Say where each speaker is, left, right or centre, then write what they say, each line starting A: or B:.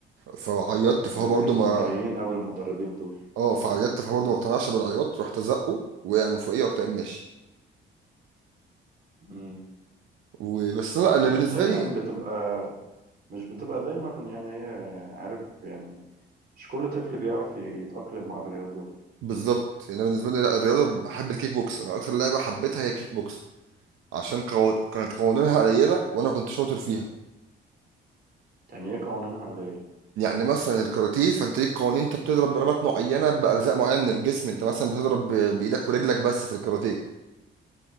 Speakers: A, on the right (about 85°); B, on the right (about 50°).
A: فعيطت
B: آه،
A: فهو برضه
B: كانوا مفتريين
A: ما
B: او المدربين دول
A: اه فعيطت فهو برضه ما اقتنعش بالعياط رحت ازقه وقع من فوقيه ورحت قايم ماشي
B: مم.
A: وبس لا انا
B: مش
A: بالنسبه
B: دايما
A: لي
B: بتبقى مش بتبقى دايما يعني هي عارف يعني مش كل طفل بيعرف يتأقلم مع الرياضيات
A: بالظبط يعني انا بالنسبه لي لا الرياضه بحب الكيك بوكس انا اكتر لعبه حبيتها هي الكيك بوكس عشان قو... كانت قوانينها قليله وانا كنت شاطر فيها
B: يعني هي قوانينها قليلة
A: يعني مثلا الكاراتيه فانت ليك قوانين انت بتضرب ضربات معينه باجزاء معينه من الجسم انت مثلا بتضرب ب- بايدك ورجلك بس في الكاراتيه